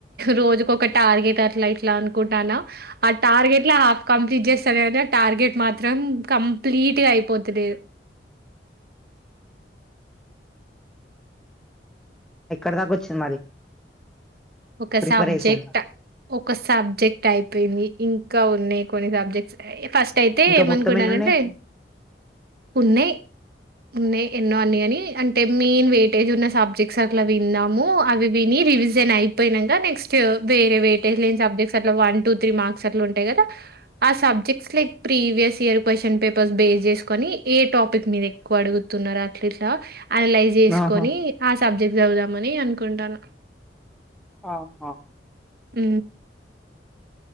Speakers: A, on the right; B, in the centre.
A: రోజుకొక టార్గెట్ అట్లా ఇట్లా అనుకుంటానా ఆ టార్గెట్ లో హాఫ్ కంప్లీట్ చేస్తా కానీ ఆ టార్గెట్ మాత్రం కంప్లీట్ గా అయిపోతలేదు
B: ఎక్కడ దాకా వచ్చింది మరి
A: ఒక
B: ప్రిపరేషన్
A: సబ్జెక్ట ఒక సబ్జెక్ట్ అయిపోయింది ఇంకా ఉన్నాయి కొన్ని సబ్జెక్ట్సు ఫస్ట్ అయితే
B: ఇంకా
A: ఏమనుకున్నానంటే
B: మొత్తం ఎన్ని ఉన్నాయి
A: ఉన్నాయి ఉన్నాయి ఎన్నో అన్ని అని అంటే మెయిన్ వెయిటేజ్ ఉన్న సబ్జెక్ట్స్ అట్ల విన్నాము అవి విని రివిజన్ అయిపోయినంక నెక్స్ట్ వేరే వెటేజ్ లేని సబ్జెక్ట్సు అట్ల వన్ టూ త్రీ మార్క్స్ అట్ల ఉంటాయి కదా ఆ subjects like previous year question papers base చేసుకొని ఏ టాపిక్ మీద ఎక్కువ అడుగుతున్నారు అట్లా ఇట్లా అనలైజ్ చేసుకొని
B: ఆహా
A: ఆ సబ్జెక్ట్ చదువుదామని అనుకుంటాన
B: ఆహా
A: ఉ